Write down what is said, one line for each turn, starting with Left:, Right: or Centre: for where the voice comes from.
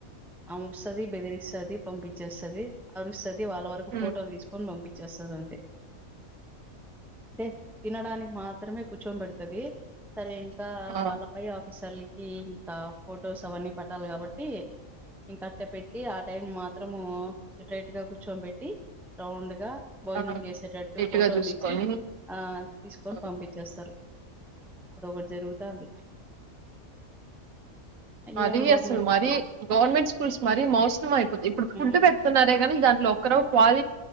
Centre: ఆ మొస్తది బెదిరిస్తది పంపించేస్తుది అరుస్తది వాళ్ళ వరకు
Right: ఉమ్
Centre: ఫోటోలు తీసుకొని పంపించేస్తుది అంతే టే తినడానికి మాత్రమే కూర్చోం పెడుతుంది తాను ఇంకా
Right: ఆ
Centre: వాళ్ళపై ఆఫీసర్లకి ఇంకా ఫొటోస్ అవన్నీ పట్టాలి కాబట్టి ఇంకట్టే పెట్టి ఆ టైం మాత్రం మాత్రము సిట్రైట్ గా కూర్చోబెట్టి రౌండ్ గా భోజనం
Right: ఆ
Centre: చేసేటట్టు
Right: నీట్గా
Centre: ఫోటోలు
Right: చూసుకొని
Centre: తీసి ఆ తీసుకొని
Right: ఆ,
Centre: పంపించేస్తారు అదొకటి జరుగుతది
Right: అది
Centre: ఏం గవర్నమెంట్
Right: అసలు మరీ
Centre: స్కూల్
Right: గవర్నమెంట్ స్కూల్స్ మరీ మోసమం అయిపోతుయి ఇప్పుడు ఫుడ్
Centre: మ్మ్
Right: పెడుతున్నారే కానీ దాంట్లో ఇక్కడ ఒక కాల్